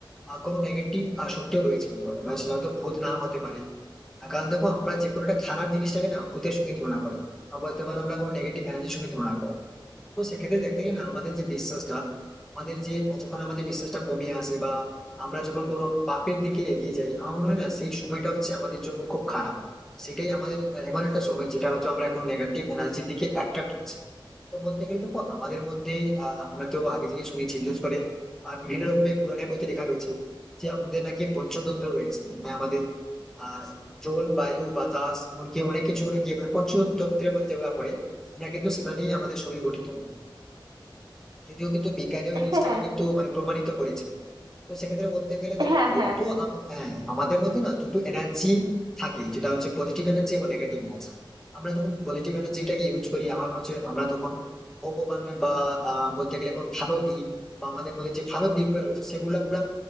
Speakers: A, in the centre; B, on the right.
A: আহ, কোনো নেগেটিভ শক্তিও রয়েছে হয়তো এবার সেটা হয়তো ভূত নাও হতে পারে আর কারণ দেখো আমরা যে কোনো একটা খারাপ জিনিসটাকে না ভূতের সঙ্গে তুলনা করবো বা বলতে পারো আমরা কোনো নেগেটিভ এনার্জির সঙ্গে তুলনা করবো তো সেক্ষেত্রে দেখতে গেলে না আমাদের যে বিশ্বাসটা আমাদের যে যখন আমাদের বিশ্বাসটা কমিয়ে আসে বা আমরা যখন কোনো পাপের দিকে এগিয়ে যাই আমার মনে হয় না সেই সময়টা হচ্ছে আমাদের জন্য খুব খারাপ সেটাই আমাদের এমন একটা সময় যেটা হচ্ছে আমরা কোনো নেগেটিভ এনার্জির দিকে অ্যাট্রাক্ট হচ্ছি তো বলতে গেলে দেখো আমাদের মধ্যে আহ আমরা তো আগে থেকে শুনেছি বিশেষ করে আহ, বিভিন্ন রকমের পুরাণের বইতে লেখা রয়েছে যে আমাদের নাকি পঞ্চতন্ত্র রয়েছে মানে আমাদের আহ জল বায়ু বাতাস এমনকি অনেক কিছু নাকি মানে পঞ্চতন্ত্রের মধ্যে যেগুলো পড়ে এরা কিন্তু সেটা নিয়ে আমাদের শরীর গঠিত যদিও কিন্তু বিজ্ঞানে ওই জিনিসটাকে
B: হ্যাঁ
A: কিন্তু মানে প্রমাণিত করেছে তো সেক্ষেত্রে বলতে গেলে দেখুন
B: হ্যাঁ
A: দুটো
B: হ্যাঁ
A: আম- হ্যাঁ আমাদের মধ্যে না দুটো এনার্জি থাকে যেটা হচ্ছে পজিটিভ এনার্জি এবং নেগেটিভ এনার্জি আমরা যখন পজিটিভ এনার্জিটাকে ইউজ করি আমার মনে হচ্ছে আমরা তখন ভগবান বা আহ, বলতে গেলে কোনো ভালো দিক বা আমাদের মধ্যে যে ভালো দিকগুলো রয়েছে সেগুলো আমরা